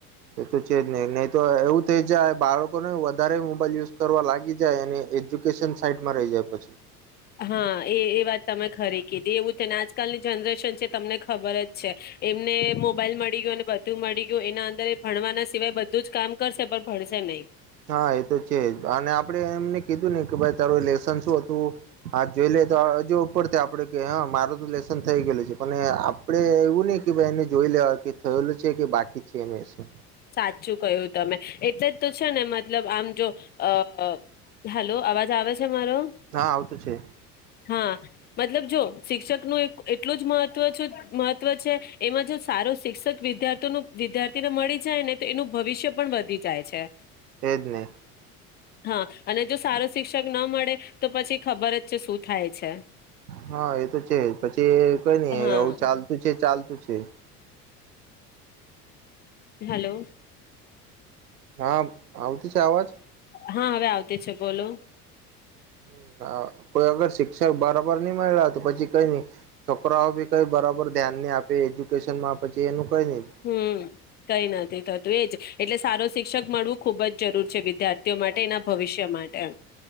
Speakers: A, on the right (about 80°); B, on the left (about 25°).
A: એ તો છે જ ને નહી તો એવું થઇ જાય બાળકોને વધારે મોબાઈલ યુઝ કરવા લાગી જાય અને એજ્યુકેશન સાઈડમાં રહી જાય પછી.
B: હા, એ એ વાત તમે ખરી કીધી એવું તે ને આજકાલની જનરેશન છે, તમને ખબર જ છે. એમને મોબાઈલ મળી ગયો અને બધું મળી ગ્યું એના અંદર એ ભણવાના સિવાય બધું જ કામ કરશે પણ ભણશે નહી.
A: હા, એ તો છે જ અને આપડે એમને કીધું ને કે ભાઈ તારું લેસન શું હતું હા, જોઈ લે તો હજુ ઉપરથી આપ આપડે કે હા, મારો તો લેશન થઈ ગેલું છે. પન એ આપડે એવું નય કે ભાઈ એને જોઈ લેવા કે થયેલું છે કે બાકી છે લેસન.
B: સાચું કહ્યુ તમે. એટલે જ તો છે ને મતલબ આમ જો અ અ હાલો, અવાજ આવે છે મારો?
A: હા આવતું છે
B: હા, મતલબ જોવો શિક્ષકનું એક એટલું જ મહત્ ત્વ છ મહત્વ છે. એમાં જો સારો શિક્ષક વિદ્યાર્થીઓનો વિદ્યાર્થીને મળી જાય ને, તો એનું ભવિષ્ય પણ વધી જાય છે.
A: એજ ને.
B: હા, અને જો સારો શિક્ષક ન મળે તો પછી ખબર જ છે શું થાય છે.
A: હા, એ તો છે. પછી એ કઈ નઈ
B: હા
A: આવું ચાલતું છે ચાલ તુ છે.
B: હેલો.
A: હા, આવત્ છે, આવાજ?
B: હા, હવે આવતી છે. બોલો.
A: હમ્મ, હા કોઈ અગર શિક્ષક બરાબર નય મયળા તો પછી કઈ નઈ છોકરાઓ બી કઈ બરાબર ધ્યાન નહી આપે એજ્યુકેશનમાં પછી એનું કઈ નઈ
B: હમ્મ, કઈ નથી થતું એજ એટલે સારો શિક્ષક મળવું ખૂબ જ જરૂર છે. વિદ્યાર્થીઓ માટે એના ભવિષ્ય માટે.